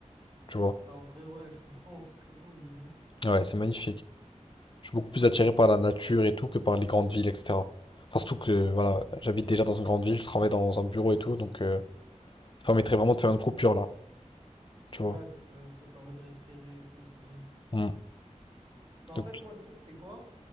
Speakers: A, on the left; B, on the right.
A: tu vois.
B: Bah, en vrai, ouais, je comprends. C'est très beau, une île. hein.
A: Ouais, c'est magnifique. Je suis beaucoup plus attiré par la nature et tout que par les grandes villes, etc. Enfin, surtout que voilà, j'habite déjà dans une grande ville, je travaille dans un bureau et tout, donc euh, ça permettrait vraiment de faire une coupure là, tu vois.
B: Ouais, ça, ça permet de respirer et tout, c'est bien.
A: Mm.
B: Mais en
A: Donc,
B: fait, moi, le truc, c'est quoi?